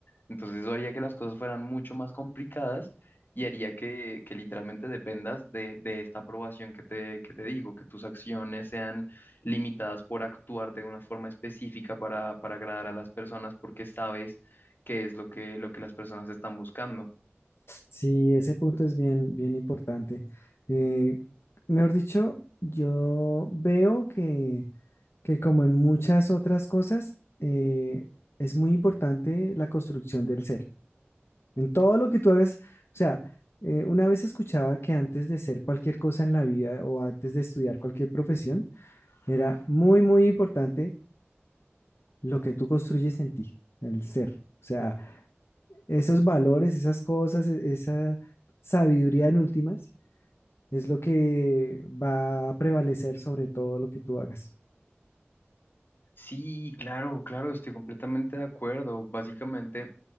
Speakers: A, on the left; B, on the left.
A: Entonces eso haría que las cosas fueran mucho más complicadas y haría que, que literalmente dependas de, de esta aprobación que te, que te digo, que tus acciones sean limitadas por actuar de una forma específica para, para agradar a las personas porque sabes qué es lo que, lo que las personas están buscando.
B: Sí, ese punto es bien, bien importante. Eh, mejor dicho, yo veo que, que como en muchas otras cosas, eh, es muy importante la construcción del ser. En todo lo que tú hagas, o sea, eh, una vez escuchaba que antes de ser cualquier cosa en la vida o antes de estudiar cualquier profesión, era muy, muy importante lo que tú construyes en ti, el ser. O sea, esos valores, esas cosas, e- esa sabiduría en últimas es lo que va a prevalecer sobre todo lo que tú hagas.
A: Sí, claro, claro, estoy completamente de acuerdo. Básicamente,